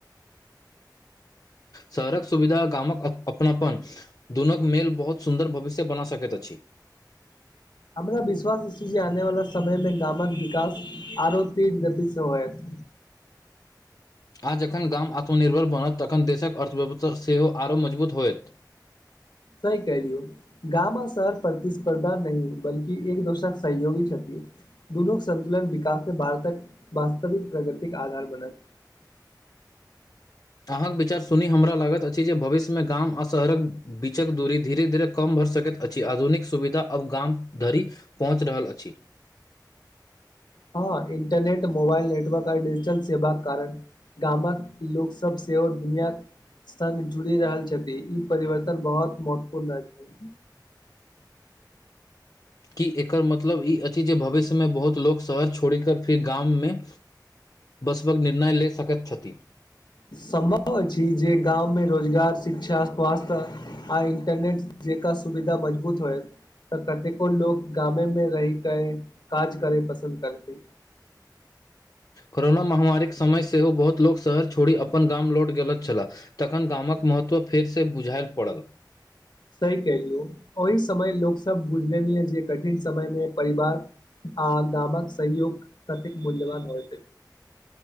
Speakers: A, on the left; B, on the left.
A: शहरक सुविधा गामक अपनापन दुनूक मेल बहुत सुन्दर भविष्य बना सकैत अछि
B: हमरा विश्वास अछि जे आनेवाला समय मे गामक विकास आरो तेज गति से होयत
A: आ जखन गाम आत्मनिर्भर बनत तखन देशक अर्थव्यवस्था सेहो आरो मजबूत होयत
B: सही कलियौ गाम आ शहर प्रतिस्पर्धा नहि बल्कि एक दोसरक सहयोगी छथि दुनू संतुलन विकास से भार तक वास्तविक प्रगति के आधार बनल
A: अहाँक विचार सुनी हमरा लागैत अछि जे भविष्य मे गाम आ शहरक बीचक दूरी धीरे धीरे कम भऽ सकैत अछि आधुनिक सुविधा अब गाम धरि पहुँच रहल अछि
B: हँ इंटरनेट मोबाइल नेटवर्क आ डिजिटल सेवा कारण गामक लोक सब सेहो ओर दुनिया संग जुड़ि रहल छथि ई परिवर्तन बहुत महत्वपूर्ण छै
A: कि एकर मतलब ई अछि जे भविष्यमे बहुत लोक शहर छोड़ि कऽ फेर गाममे बसबक निर्णय ले सकैत छथि
B: सम्भव अछि जे गाममे रोजगार शिक्षा स्वास्थ्य आ इंटरनेट जे का सुविधा मजबूत होएत तऽ कतेको लोकोग गामे मे रहि के काज करे पसन्द करते
A: कोरोना महामारीक समय सेहो बहुत लोक शहर छोड़ि अपन गाम लौट गेल छलाह तखन गामक महत्व फेर से बुझायल पड़ल
B: सही कलियौ ओहि समय लोक सब बुझले जे कठिन समय मे परिवार आ गामक सहयोग कतेक मूल्यवान होय